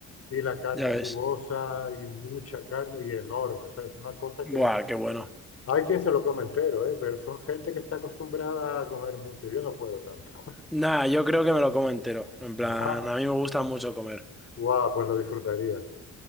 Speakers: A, on the left; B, in the centre.
A: y la carne
B: Ya ves.
A: jugosa y mucha carne y enorme, o sea, es una cosa
B: Buah,
A: que
B: qué bueno.
A: hay quien se lo come entero, ¿eh? Pero son gente que está acostumbrada a comer mucho, yo no puedo tanto.
B: Nah, yo creo que me lo como entero. En
A: <laughs>
B: plan,
A: Buah,
B: a mí me gusta mucho comer.
A: buah, pues lo disfrutarías,